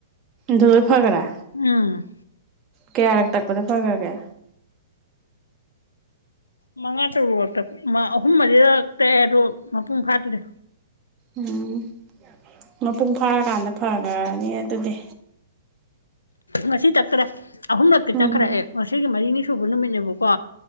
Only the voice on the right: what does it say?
ꯗꯣ ꯂꯣꯏ ꯐꯒ꯭ꯔꯦ
ꯀꯌꯥꯔꯛ ꯇꯛ ꯄꯗ ꯐꯒ꯭ꯔꯒꯦ
ꯎꯝ ꯃꯄꯨꯡ ꯐꯥꯔꯀꯥꯟꯗ ꯐꯈꯒ꯭ꯔꯅꯤ ꯑꯗꯨꯗꯤ
ꯎꯝ